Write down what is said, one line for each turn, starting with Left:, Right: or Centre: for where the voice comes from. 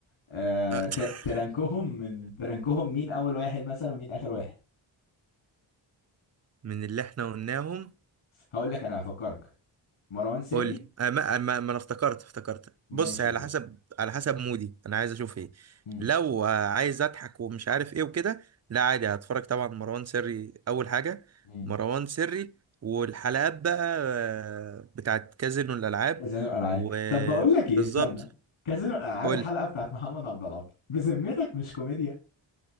Left: آه
Right: <laughs>
Left: تر- ترنكهم من <laughs> ترنكهم مين اول واحد مثلا ومين اخر واحد
Right: من اللي احنا قلناهم
Left: هقول لك انا هفكرك مروان سري
Right: قول لي آه، ما آه، ما ما انا افتكرت افتكرت
Left: ماشي
Right: بص هي
Left: قول
Right: على حسب على حسب مودي انا عايز اشوف ايه
Left: امم
Right: لو آه، عايز اضحك ومش عارف ايه وكده لا عادي هتفرج طبعا مروان سري اول حاجه
Left: مم.
Right: مروان سري والحلقات بقى آه، بتاعت كازينو الالعاب
Left: كازينو الالعاب
Right: وبالظبط
Left: طب بقول لك ايه استنى كازينو الالعاب
Right: قول
Left: الحلقه
Right: لي
Left: بتاعت محمد عبد العاطي بذمتك مش كوميديا